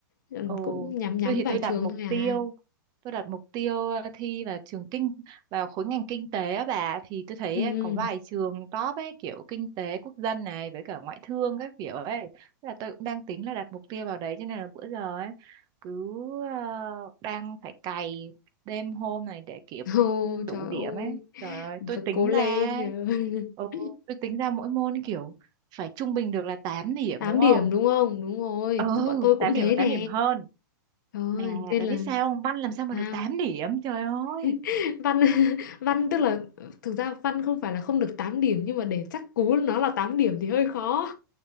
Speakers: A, on the left; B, on the right.
A: Còn
B: Ồ,
A: Cũng nhắm nhắm
B: tôi thì
A: vài
B: tôi đặt
A: trường
B: mục
A: thôi à.
B: tiêu tôi đặt mục tiêu ờ, thi vào trường kinh vào khối ngành kinh tế á bà thì tôi thấy
A: Ừ.
B: có vài trường top ấy kiểu kinh tế quốc dân này với cả ngoại thương các kiểu ấy Thế là tôi cũng đang tính là đặt mục tiêu vào đấy cho nên là bữa giờ ấy cứ ờ, đang phải cày đêm hôm này để kịp
A: Ồ,
B: đủ
A: trời
B: điểm
A: ơi.
B: ấy trời ơi
A: Và
B: tôi tính
A: cố lên.
B: ra
A: giờ
B: ừ,
A: <laughs>
B: tôi tính ra mỗi môn kiểu phải trung bình được là 8 điểm
A: tám
B: đúng
A: điểm
B: không
A: đúng không? Đúng rồi.
B: ừ
A: Bọn tôi cũng
B: 8 điểm
A: thế
B: và
A: nè.
B: 8 điểm hơn
A: Trời
B: mà
A: ơi, nên
B: bà
A: là
B: biết sao không? Văn làm sao mà
A: sao?
B: được 8 điểm, trời ơi.
A: <laughs> Văn <laughs> văn tức là thực ra văn không phải là không được 8 điểm nhưng mà để chắc cú nó là 8 điểm thì hơi khó.